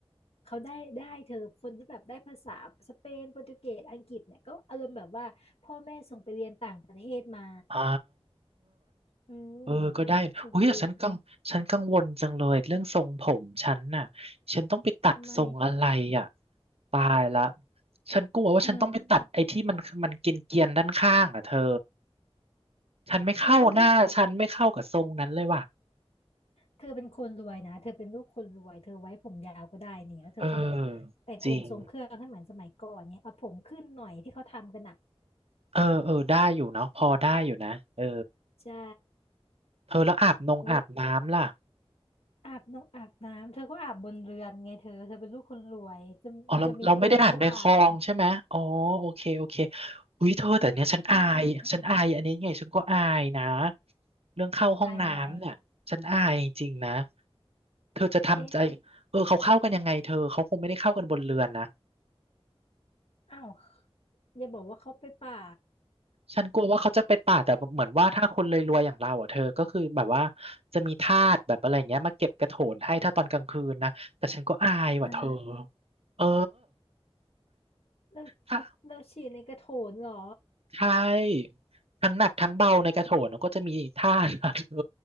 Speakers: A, on the left (about 70°); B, on the right (about 70°).
A: เขาได้ได้เธอคนที่แบบได้ภาษาสเปนโปรตุเกสอังกฤษเนี่ยก็อารมณ์แบบว่าพ่อแม่ส่งไปเรียนต่างประเทศมา
B: อ่า
A: อืม
B: เออก็ได้อุ้ยแต่ฉันกังฉันกังวลจังเลยเรื่องทรงผมฉันน่ะ
A: ส่งไปเรียน
B: ฉันต้องไปตัดทรงอะไรอ่ะ
A: ทำไม
B: ตายละฉันกลัวว่าฉันต้องไปตัดไอ้ที่มันมันเกรียนๆด้านข้างอ่ะเธอ
A: เธอ
B: ฉันไม่เข้าหน้าฉันไม่เข้ากับทรงนั้นเลยว่ะ
A: มันก็ไม่ เธอเป็นคนรวยนะเธอเป็นลูกคนรวยเธอไว้ผมยาวก็ได้นี่แล้วเธอก็แบบแต่งองค์ทรงเครื่องให้เหมือนสมัยก่อนเนี่ยเอาผมขึ้นหน่อยที่เขาทำกันอ่ะ
B: เออจริง เออเออได้อยู่เนาะพอได้อยู่นะเออ
A: ใช่
B: เธอแล้วอาบนงอาบน้ำล่ะ
A: อุ๊ยอาบน้องอาบน้ำเธอก็อาบบนเรือนไงเธอเธอเป็นลูกคนรวยจะมันจะมีตุ่มให้อาบ
B: อ๋อเราเราไม่ได้อ่านในคลองใช่ไหมอ๋อโอเคโอเคอุ้ยเธอแต่เนี้ยฉันอายฉันอายอันนี้ไงฉันก็อายนะ
A: ไม่เธอฮะ
B: เรื่องเข้าห้องน้ำเนี่ยฉันอายจริงๆนะ
A: อายอะไร
B: เธอจะทำใจ
A: เอ๊ะ
B: เออเขาเข้ากันยังไงเธอเขาคงไม่ได้เข้ากันบนเรือนนะ
A: อ้าวอย่าบอกว่าเขาไปป่า
B: ฉันกลัวว่าเขาจะไปป่าดแต่เหมือนว่าถ้าคนรวยๆอย่างเราอ่ะเธอก็คือแบบว่าจะมีทาสแบบอะไรเงี้ยมาเก็บกระโถนให้ถ้าตอนกลางคืนนะแต่ฉันก็อายว่ะเธอ
A: ฮะ
B: เออ
A: เรา
B: ถ้า
A: เราฉี่ในกระโถนเหรอ
B: ใช่ทั้งหนักทั้งเบาในกระโถนก็จะมีท่า <laughs> นะเธอ